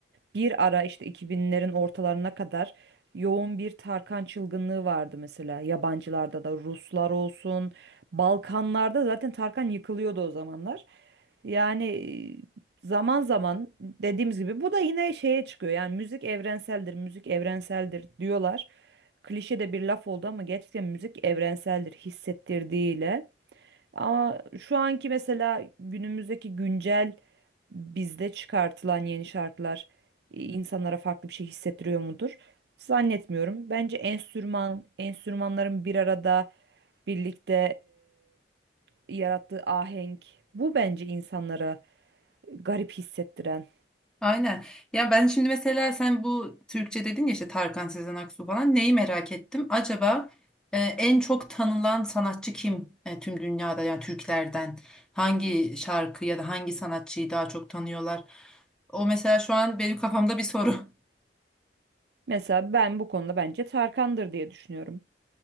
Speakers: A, on the right (about 60°); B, in the centre.
A: bir ara işte 2000'lerin ortalarına kadar yoğun bir Tarkan çılgınlığı vardı mesela yabancılarda da Ruslar olsun Balkanlarda zaten Tarkan yıkılıyordu o zamanlar. Yani e, zaman zaman dediğimiz gibi bu da yine şeye çıkıyor. Yani müzik evrenseldir, müzik evrenseldir diyorlar. Klişe de bir laf oldu ama gerçekten müzik evrenseldir hissettirdiğiyle. Ama şu anki mesela günümüzdeki güncel bizde çıkartılan yeni şarkılar e, insanlara farklı bir şey hissettiriyor mudur? Zannetmiyorum. Bence enstrüman, enstrümanların bir arada birlikte e, yarattığı ahenk bu bence insanlara garip hissettiren.
B: Aynen. Ya ben şimdi mesela sen bu Türkçe dedin ya işte Tarkan Sezen Aksu falan neyi merak ettim? Acaba e, en çok tanınan sanatçı kim E, tüm dünyada yani Türklerden? Hangi şarkı ya da hangi sanatçıyı daha çok tanıyorlar? O mesela şu an benim kafamda bir soru <laughs>
A: Mesela ben bu konuda bence Tarkan'dır diye düşünüyorum.